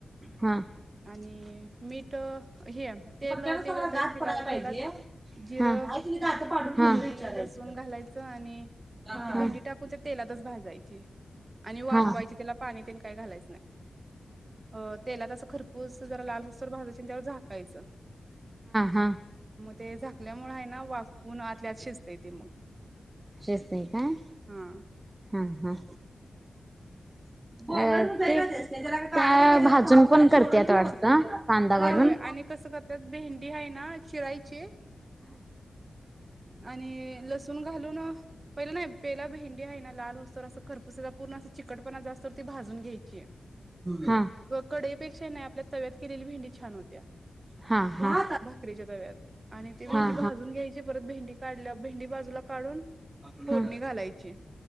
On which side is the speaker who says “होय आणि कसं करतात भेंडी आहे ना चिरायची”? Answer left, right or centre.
Right